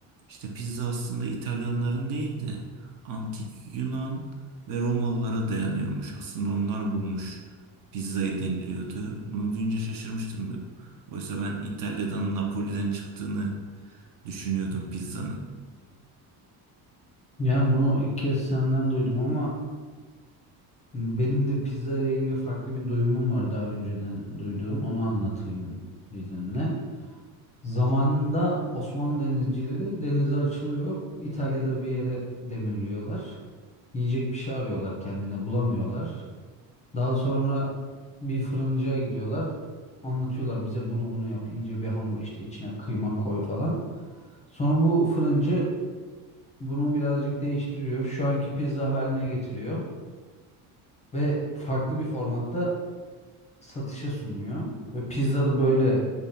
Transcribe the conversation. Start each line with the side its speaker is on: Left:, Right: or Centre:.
Right: işte pizza aslında İtalyanların değil de antik Yunan ve Romalılara dayanıyormuş. Aslında onlar bulmuş pizzayı deniliyordu. Bunu duyunca şaşırmıştım. Oysa ben İtalya'dan Napoli'den çıktığını düşünüyordum pizzanın.
Left: Yani bunu ilk kez senden duydum ama benim de pizza ile ilgili farklı bir duyumum var daha önceden duyduğum. Onu anlatayım izninle. Zamanında Osmanlı denizcileri denize açılıyor. İtalya'da bir yere demirliyorlar. Yiyecek bir şey arıyorlar kendine bulamıyorlar. Daha sonra bir fırıncıya gidiyorlar. Anlatıyorlar bize bunu bunu yap ince bir hamur işte içine kıyma koy falan. Sonra bu fırıncı bunu birazcık değiştiriyor. Şu anki pizza haline getiriyor. ve farklı bir formatta satışa sunuyor. Ve pizza da böyle